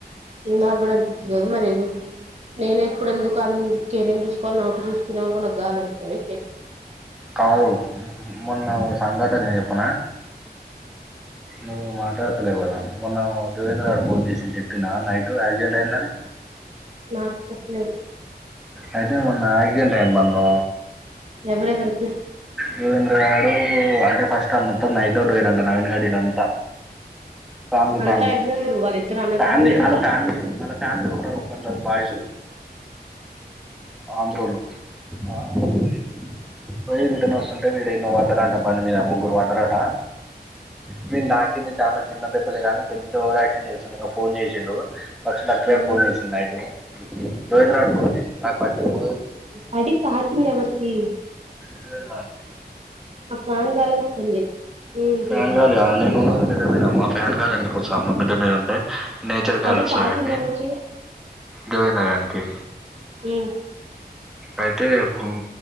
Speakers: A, on the right; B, in the centre.
A: నాకు కూడా అనిపితుంది కదా మరి నేనే ఏప్పుడు ఎందుకు అందు కేరింగ్ చూసుకోవాలి నాకు చూసుకునే వాళ్ళ కూడా నాకు గవాలి అనిపితుంది
B: కాదు మొన్న సంఘటన నేను చెప్పనా నువ్వు మాట్లాడుతలేవు కదా మొన్న దేవేంద్ర గాడు ఫోన్ చేసింది చెప్పిండా నైట్ యాక్సిడెంట్ అయిందని
A: నక్ చెప్పలేద్
B: అయితే మన్న ఆక్సిడెంట్ అయింది బన్నో
A: ఎవరెవరు <inaudible>
B: దవేంద్రగాడు అంటే ఫస్ట్ ఆల్ మొత్తం నైట్ఔట్ నవీన్ గాడు ఇదంతా ఫ్యామిలీ
A: అంతా
B: ఫ్యామిలీ
A: ఎవరెవరు వాళ్ళిద్దరు అన్నతమ్ముళ్ళు
B: ఫ్యామిలీ
A: ఇంకా
B: అలా ఫ్యామిలీ అలా ఫ్యామిలీగా ఉంటారు కొందరు బాయ్ సూ ఆంధ్రోలు ఆరు <unintelligible> పోయి రిటన్ వస్తుంటే వీడేమో వాడు పడ్డారట బండి మీద ముగ్గురు పడ్డరట ఈనిక్ దాకింది చానా చిన్న దెబ్బలే గానీ పెద్ద ఓవరాక్షన్ చేస్తుండు ఇకా ఫోన్ చేసిండు ఫస్ట్ అఖి గాడు
A: ఎవరు
B: ఫోన్ చేసిండు నైటు దోవేంద్రరాడ్ ఫోన్ చేసి <unintelligible>
A: పడి తాకింది ఎవర్కి
B: దురేద్రనికి
A: ఫ్యానుగాలి వస్తుంది వినిపియట్లే
B: ఫ్యాన్ గాలి ఆహ్ నేను ఉన్నాగా దీనెమ్మ ఫ్యాన్ గాలి ఎందుకో వస్తంది అమ్మ మిద్ద మీద ఉంటే నేచర్
A: పడి
B: గాలి ఉస్తాది
A: తాకింది
B: గని
A: ఎవరికి
B: దువిన్న గనికి
A: ఏ
B: అయితే హమ్